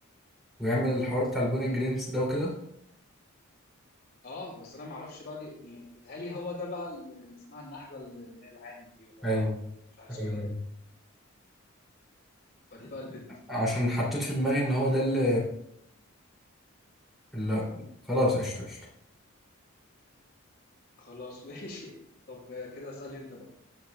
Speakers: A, in the centre; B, on the left.
A: ويعمل الحوار بتاع البولينج جرينز ده وكده
B: اه بس انا ما اعرفش بقى دي يعني بيتهيألي هو ده بقى اللي اسمها النحلة اللي هي العامل دي ولا
A: ايوه
B: العاملة مش عارف اسمها
A: ايوه
B: ايه
A: ايوه
B: فدي بقى البنت
A: عشان حطيت في دماغي ان هو ده اللي لا خلاص قشطة قشطة
B: خلاص <laughs> ماشي طب آه، كده اسألني انت بقى